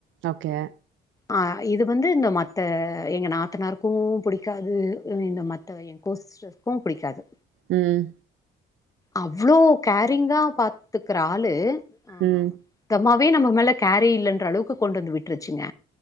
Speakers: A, on the right (about 75°); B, on the left (about 15°).
A: ஓகே
B: அ இது வந்து இந்த மத்த எங்க நாத்தனாருக்கு புடிக்காது இந்த மத்த எங் கோசிஸ்டருக்கு புடிக்காது
A: ம்
B: அவ்ளோ கேரிங்கா பாத்து குற ஆளு ஆ
A: ம்.
B: தவாம் வே நம்ம மேல கேரே இல்லன்ற அளவுக்கு கொண்டு வந்து விட்ருச்சுங்க